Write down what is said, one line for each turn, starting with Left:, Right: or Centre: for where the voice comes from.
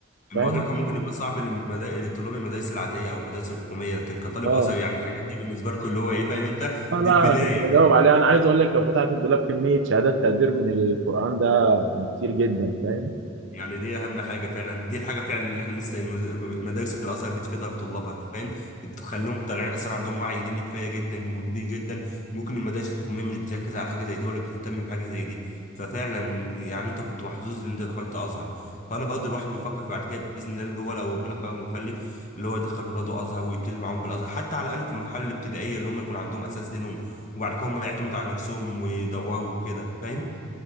Left: الموضوع
Right: فاهم
Left: كان ممكن يبقى صعب للمدا... لطلاب المدارس العاديه او المدارس الحكوميه لكن كطالب
Right: اه
Left: ازهر يعني الحاجات دي بالنسبه لكم اللي هو ايه فاهم انت
Right: آه
Left: دي
Right: لا
Left: البدايه
Right: انا كنت بجاوب عليها انا عايز اقول لك لو فتحت الدولاب كميه شهادات تقدير من القران ده يعني كتير جدا فاهم
Left: يعني دي اهم حاجه فعلا دي الحاجه فعلا اللي احنا مست... م- مدارس الازهر بتفيدها لطلابها فاهم بتخليهم طالعين اصلا عندهم وعي ديني كفايه جدا وكبير جدا ممكن المدارس الحكوميه مش بتركز على حاجه زي دي ولا بتهتم بحاجه زي دي ففعلا يعني انت كنت محظوظ ان انت دخلت ازهر فانا برضه الواحد بيفكر في بعد كده باذن الله اللي هو لو ربنا كرمه وخلف اللي هو يدخل ولاده ازهر ويبتدي معاهم بالازهر حتى على الاقل في المرحله الابتدائيه اللي هم يكون عندهم اساس دينهم وبعد كده هم يعتمدوا على نفسهم ويدوروا كده فاهم